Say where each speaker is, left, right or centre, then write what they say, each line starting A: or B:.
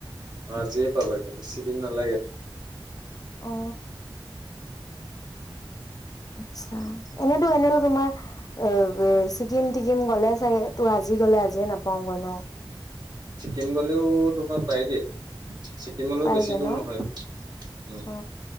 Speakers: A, on the right; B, on the left.
A: অ আজিয়ে পাবাগে বেছি দিন নালাগেতো
B: অ আটচ্ছা এনেইতো এনেতো তোমাৰ অ ছিকিম টিকিম গ'লে চাগে ত আজি গলে আজিয়ে নাপাওঁগৈ ন
A: ছিকিম গ'লেও তোমাৰ পায়গে ছিকিমলৈও
B: পাইগে
A: বেছি দূৰ
B: ন
A: নহয় উম।
B: অ